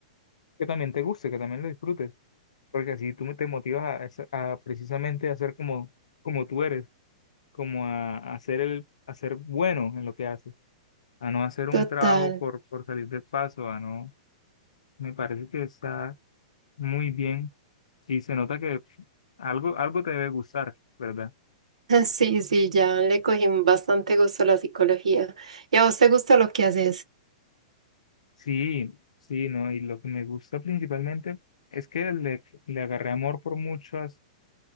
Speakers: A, on the left (about 70°); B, on the right (about 70°).
A: que también te guste, que también lo disfrutes, porque así tú te motivas a, esa- a precisamente a ser como, como tú eres, como a, a ser el, a ser bueno en lo que haces, a no hacer un
B: Total.
A: trabajo por,
B: <laughs>
A: por salir del paso, a no, me parece que está muy bien y se nota que algo, algo te debe gustar, ¿verdad?
B: Sí, sí, ya le cogí un bastante gusto a la psicología. ¿Y a vos te gusta lo que haces?
A: Sí, sí, ¿no? Y lo que me gusta principalmente es que le, le agarré amor por muchas